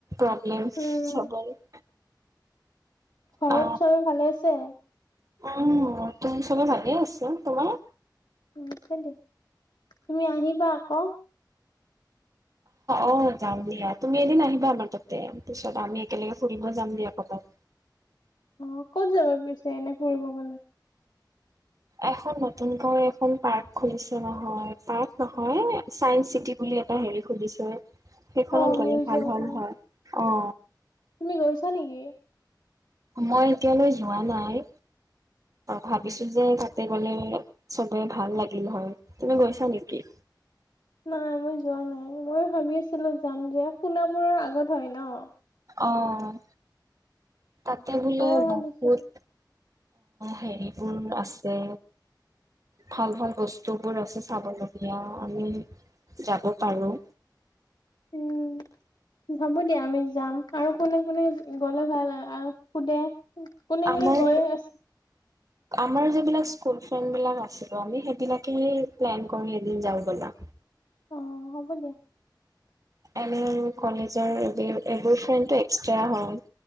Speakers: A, on the right; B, on the left.
A: অ উ
B: উম,
A: চবৰে
B: ঘৰত
A: অ
B: চাৰী ভালে আছে
A: উম তুমি চবে থাগে আছ তোমাৰ
B: উ আছে দিয়া তুমি আহিবা ক
A: অ যাম দিয়া তুমি এদিন আহিবা আমাৰ তাতে পিছত আমি একেলগে ফুৰিব যাম দিয়া কৰবাত।
B: অ ক'ত যাব পিছে এনে ফুৰিব গলে?
A: এখন নতুনকৈ এখন পাৰ্ক খুলিছে নহয় পাৰ্ক নহয় চাইস চিটি বুলি এটা হেৰি খুলিছে। সেইখনত
B: অ', মিউজিয়ামখন।
A: গ'লে অঁ
B: তুমি গৈছা নেকি
A: মই এতিয়ালৈ যোৱা নাই ভাবিছো যে তাতে গলে চবে ভাল লাগিল হয়। তুমি গৈছা নেকি
B: নাই মই যোৱা নাই মই ভাবি আছিলো যাম যে সোণাপুৰৰ আগত হয় ন
A: অঁ তাতে গলেো
B: ময়ো ভাবিছিলো।
A: বহুত হেৰিবোৰ আছে ভাল ভাল বস্তুবোৰ আছে চাবলগীয়া আমি যাব পাৰোঁ
B: উম হব দিয়া আমি যাম আৰু কোনে কোনে গলে ভাল সোধে কোনে
A: আমাৰ
B: কোনে গৈয়ে আছে
A: আমাৰ যিবিলাক স্কুল ফ্ৰেণ্ড বিলাক আছিলো আমি সেইবিলাকেহে প্লেন কৰো এদিন যাওঁ বলা
B: অ হ'ব দিয়া
A: এনে কলেজৰ এবোৰ ফ্ৰেণ্ডটো এক্সট্ৰা হয়।